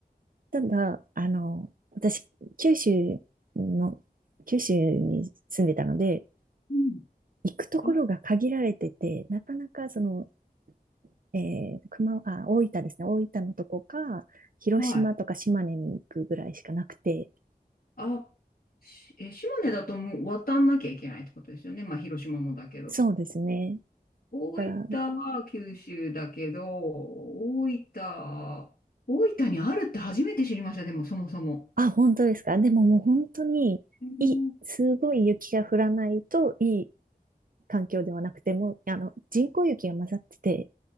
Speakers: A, on the right; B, on the left.
A: ただ、あの、私、九州の、九州に住んでたので、
B: うん
A: 行くところが限られてて、
B: あ、
A: なかなかそのえー、熊、あ、大分ですね。大分のとこか、広島とか島根に行くぐらいしかなくて。
B: うんはい。あ、しえ、島根だともう渡んなきゃいけないってことですよね。まあ、広島もだけど。
A: そうですね。
B: 大分は九州だけど、
A: だから、
B: 大分、大分にあるって初めて知りました、でもそもそも。
A: あ、本当ですか。でももう本当に、
B: へー
A: いい、すごい雪が降らないといい環境ではなくて、もう、あの、人工雪が混ざってて、